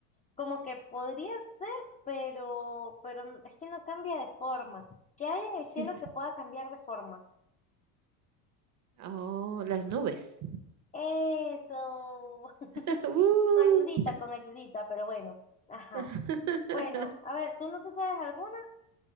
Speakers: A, on the left; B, on the right.
A: Como que podría ser, pero, pero n- es que no cambia de forma. ¿Qué hay en el cielo
B: sí,
A: que pueda cambiar de forma?
B: o las nubes.
A: Eso. <laughs>
B: <laughs> ¡Uh!
A: Con ayudita, con ayudita, pero bueno. Ajá.
B: <laughs>
A: Bueno, a ver, ¿tú no te sabes alguna?